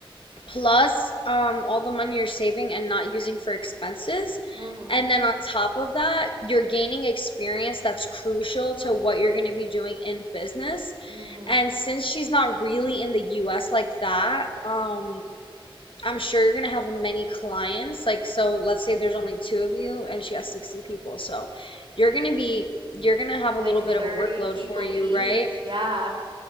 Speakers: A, on the left; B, on the right.
A: plus um, all the money you're saving and not using for expenses.
B: hmm
A: And then on top of that, you're gaining experience that's crucial to what you're going to be doing in business.
B: Mhm.
A: And since she's not really in the US like that, um, I'm sure you're going to have many clients. Like, so let's say there's only two of you and she has 60 people. So you're going to be, you're going to have a
B: Like
A: little
B: 30
A: bit of a workload
B: people
A: for you,
B: each.
A: right?
B: Yeah.